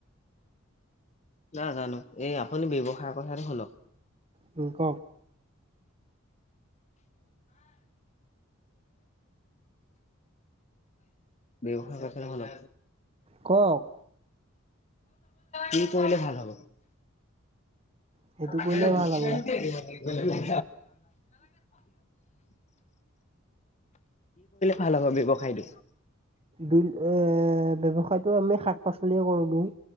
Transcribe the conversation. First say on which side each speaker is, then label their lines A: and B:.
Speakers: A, on the left; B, on the right.
A: ন জানো এই আপুনি ব্যৱসায়ৰ কথাটো শুনক
B: ক
A: ব্যৱসায় কছে নহলে
B: কক
A: কি কৰিলে ভাল হ'ব
B: সেইটো
A: আচ
B: কৰিলে
A: গুচি
B: ভাল হ'ব।
A: আ <unintelligible> কি কৰিলে ভাল হব ব্যৱসায়টো
B: দুইল এ ব্যৱসায়টো আমি শাক পাচলিয়ে কৰো দিওঁ